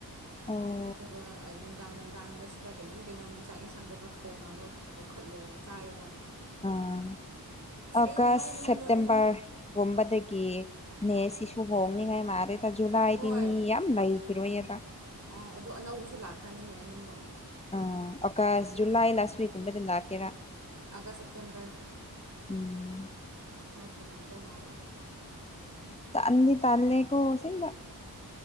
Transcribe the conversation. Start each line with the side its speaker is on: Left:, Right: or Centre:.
Left: ꯑꯣ
Right: ꯑꯗꯨꯒ ꯅꯨꯡꯗꯥꯡ ꯅꯨꯡꯗꯥꯡꯗ ꯁꯤꯗ ꯀꯩꯅꯣꯝ -ꯀꯩꯅꯣꯝ ꯆꯥꯛ ꯌꯦꯟꯁꯥꯡꯒꯨꯝꯕ ꯊꯣꯡꯉꯒ ꯀꯧꯈꯠꯂꯦꯕ ꯆꯥꯏꯌꯦꯕ
Left: ꯑꯥ
Right: ꯑꯁ
Left: ꯑꯥꯒꯁ
Right: ꯑꯩꯁꯨ ꯅꯣꯏꯕꯅ
Left: ꯁꯦꯞꯇꯦꯝꯕꯔ
Right: ꯂꯣꯏꯔꯕꯅꯤ
Left: ꯒꯨꯝꯕꯗꯒꯤ ꯅꯦꯠ ꯁꯤꯁꯨꯨ ꯍꯣꯡꯅꯤꯡꯉꯥꯏ ꯃꯥꯂꯦ ꯖꯨꯂꯥꯏꯗꯤ
Right: ꯍꯣꯏ
Left: ꯃꯤ ꯌꯥꯝ ꯂꯩꯈꯤꯔꯣꯏꯌꯦꯕ
Right: ꯑꯣ ꯑꯗꯣ ꯑꯅꯧꯕꯁꯨ ꯂꯥꯛꯈ꯭ꯔꯅꯤ ꯃꯤ ꯑꯅꯝꯕ
Left: ꯑ ꯑꯥꯒꯁ ꯖꯨꯂꯥꯏ ꯂꯥꯁ ꯋꯤꯛ ꯀꯨꯝꯕꯗ ꯂꯥꯛꯀꯦꯔ
Right: ꯑꯥꯒꯁ ꯁꯦꯞꯇꯦꯝꯕꯔ
Left: ꯎꯝ
Right: ꯁ꯭ꯋꯥꯏꯁꯤꯗ ꯂꯥꯛꯇꯧꯕ ꯃꯥꯜꯂꯤ
Left: ꯇꯟꯗꯤ ꯇꯥꯜꯅꯤꯀꯣ ꯑꯁꯦꯡꯕ